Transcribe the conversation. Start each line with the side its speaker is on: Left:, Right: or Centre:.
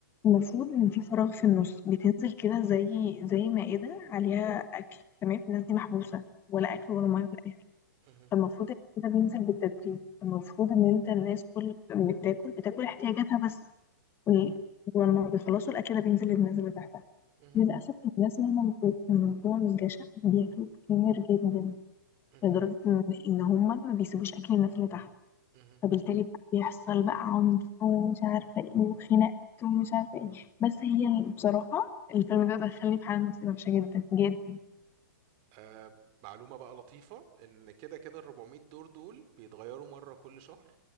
Left: المفروض ان في فراغ في النص بتنزل كده زي زي مائده عليها اكل تمام الناس دي محبوسه ولا
Right: مهم. مهم.
Left: اكل ولا ميه ولا اي حاجه
Right: مهم.
Left: فالمفروض ان كده بينزل بالتدريج المفروض ان انت الناس كل اللي بتاكل بتاكل احتياجاتها بس وال- ولما بيخلصوا الاكل ده بينزل للناس اللي تحتها
Right: مهم.
Left: للاسف الناس اللي هم من جوه من الجشع بياكلوا كتير جدا
Right: مهم.
Left: لدرجة إن إن هما ما بيسيبوش أكل الناس اللي تحت
Right: مهم.
Left: فبالتالي بقى بيحصل بقى عنف ومش عارفة إيه وخناقات ومش عارفة إيه بس هي ال- بصراحة الفيلم ده دخلني في حالة نفسية وحشة جدا جدا
Right: آه معلومة بقى لطيفة ان كده كده ال 400 دور دول بيتغيروا مرة كل شهر